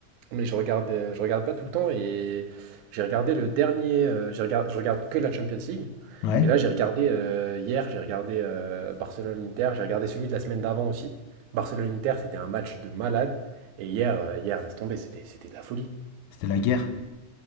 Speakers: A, on the right; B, on the left.
A: mais je regarde, euh, je regarde pas tout le temps et j'ai regardé le dernier, euh, j'ai regard- je regarde que la Champions League.
B: Ouais,
A: Et là j'ai regardé euh, hier, j'ai regardé euh, Barcelone-Inter, j'ai regardé celui de la semaine d'avant aussi. Barcelone-Inter c'était un match de malade. Et hier, euh, hier laisse tomber, c'était c'était de la folie.
B: c'était la guerre.